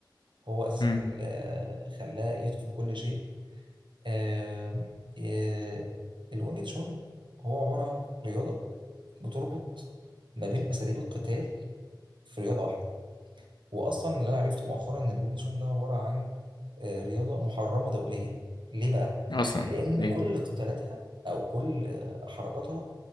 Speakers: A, on the right; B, on the left.
A: هو اساسا
B: امم
A: اللي آه، خلاه يتقن كل شيء آم، آه، الوينج تشون هو عباره عن رياضه بتربط ما بين اساليب القتال في رياضه واحده واصلا اللي انا عرفته مؤخرا ان الوينج چون ده عباره عن آه، رياضه محرمه دوليا ليه بقى
B: اصلا
A: لان
B: ليه
A: كل قتالاتها او كل آه، حركاتها